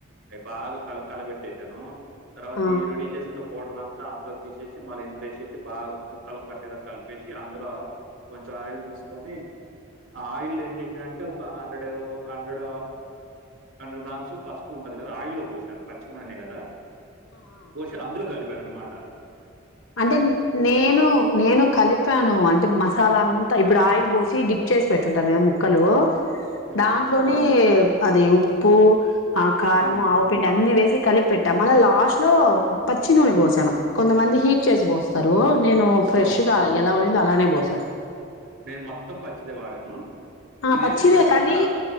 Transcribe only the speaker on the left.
ఆ
ఆ
అంటే నేను నేను కలిపాను అంటే మసాలా అం ఇప్పుడు ఆయిల్ పోసి డిప్ చేసి పెట్టుంటాను నే ముక్కలు
దాంట్లోనే అది ఉప్పు ఆ కారం
ఆవుపిండి అన్ని వేసి కలిపి పెట్టాము మళ్ళ లాస్ట్ లో పచ్చి నూనె
పోసాను కొంతమంది హీట్ చేసి
పోస్తారు నేను ఫ్రెష్
గా ఎలా ఉ అలానే పోసా
ఆ
పచ్చిదే
కానీ